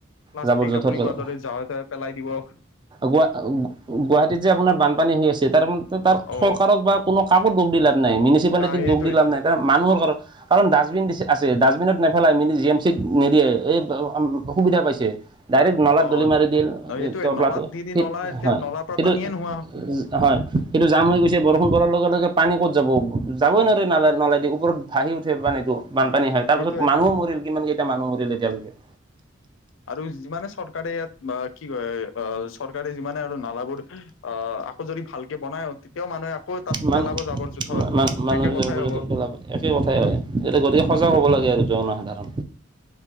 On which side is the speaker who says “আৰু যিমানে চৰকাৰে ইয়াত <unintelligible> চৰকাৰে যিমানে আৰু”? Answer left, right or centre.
Left